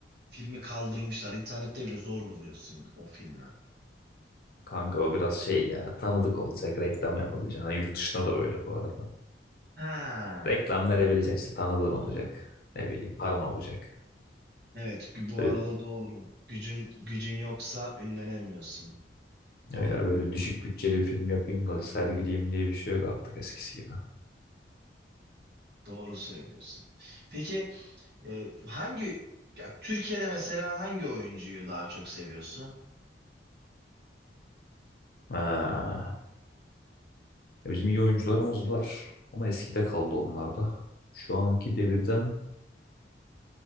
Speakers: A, on the right; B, on the left.
A: filmi kaldırmışlar. İnternette bile zor buluyorsun o filmi.
B: Kanka o biraz şey ya tanıdık olacak reklam yapabileceksin. Hani yurt dışında da böyle bu arada.
A: Ha.
B: Reklam verebileceksin işte tanıdığın olacak. Ne bileyim paran olacak.
A: Evet, gü- bu
B: Öyle,
A: arada doğru. Gücün gücün yoksa ünlenemiyorsun. Doğru.
B: öyle böyle düşük bütçeli bir film yapayım da sergileyim diye bir şey yok artık eskisi gibi.
A: Doğru söylüyorsun. Peki Ee, hangi ya Türkiye'de mesela hangi oyuncuyu daha çok seviyorsun?
B: Ha. Ya Bizim iyi oyuncularımız var ama eskide kaldı onlar da. Şu anki devirden